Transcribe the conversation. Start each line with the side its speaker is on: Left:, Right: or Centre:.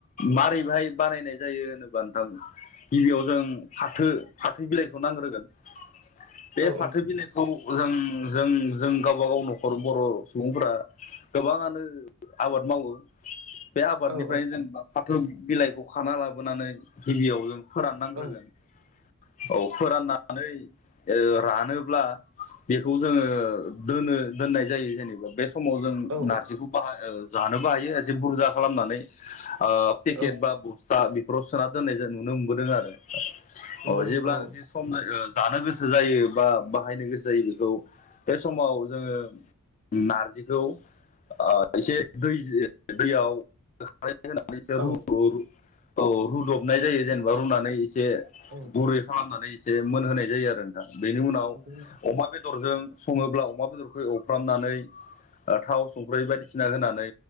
Left: मारैहाय बानायनाय जायो होनोबा नोंथां गिबियाव जों फाथो फाथो बिलाइखौ नांग्रोगोन । बे
Right: औ
Left: फाथो बिलाइखौ जों जों जों गावबा गाव न'ख खर' बर' सुबुंफोरा गोबाङानो आबाद मावो। बे आबादनिफ्रायनो
Right: औ
Left: जों फा-फाथो बिलाइखौ खाना लाबोनानै गिबियाव जों फोराननांग्रोगोन,
Right: औ
Left: औ फोराननानै ओ रानोब्ला बेखौ जोङो दोनो दोननाय जायो जेनेबा बे स समाव जों
Right: औ
Left: नारजिखौ बाहा जानोबो हायो एसे बुरजा खालामनानै ओ पेकेट
Right: औ
Left: बा बस्था बेफोराव सोना दोननाय जों नुनो मोनबोदों आरो।
Right: नंगौ
Left: अ
Right: नोंथां
Left: जेब्लानाखि
Right: औ
Left: सम जायो जानो गोसो जायो बा बाहायनो गोसो जायो बेखौ बे समाव जोङो नारजिखौ ओ एसे दै दैयाव <unintelligible> होनानै एसे
Right: औ
Left: रु <unintelligible> औ रुदबनाय जायो जेनेबा रुनानै ए से
Right: औ
Left: गुरै खालामनानै एसे मोनहोनाय जायो आरो नोंथां। बेनि उनाव
Right: नंगौ
Left: अमा बेदरजों सङोब्ला अमा बेदरखौ एव फ्रामनानै ओ थाव संख्रै बायदिसिना होनानै